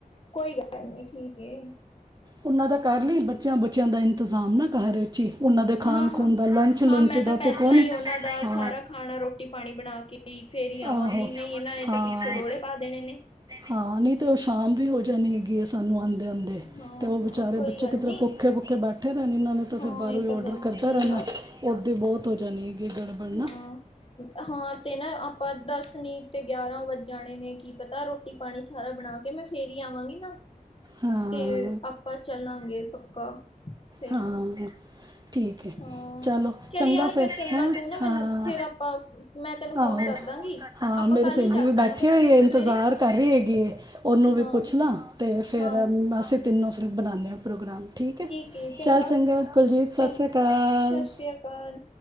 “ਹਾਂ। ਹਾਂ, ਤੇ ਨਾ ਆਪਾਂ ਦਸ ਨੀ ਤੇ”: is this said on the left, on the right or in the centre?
Left